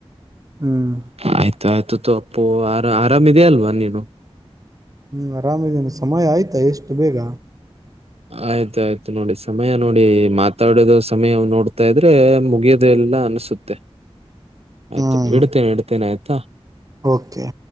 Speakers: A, on the right; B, on the right.
A: ಹ್ಮ್
B: ಆಯ್ತ ಆಯ್ತು ತ ಅಪ್ಪೋ ಆರ ಆರಾಮ್ಿದೆಯ ಅಲ್ವಾ ನೀನು
A: ಹ್ಮ್ ಆರಾಮದ್ದೇನಿ ಸಮಯ ಆಯ್ತಾ ಇಷ್ಟು ಬೇಗ
B: ಆಯ್ತಾಆಯ್ತು ನೋಡಿ ಸಮಯ ನೋಡಿ ಮಾತಾಡೋದು ಸಮಯ ನೋಡ್ತಾ ಇದ್ರೆ ಮುಗಿಯೋದೆ ಎಲ್ಲ ಅನಸುತ್ತೆ. ಆಯ್ತು
A: ಹ್ಮ್
B: ಇಡ್ತೇನೆ ಇಡ್ತೇನೆ ಆಯ್ತಾ
A: ಓಕೆ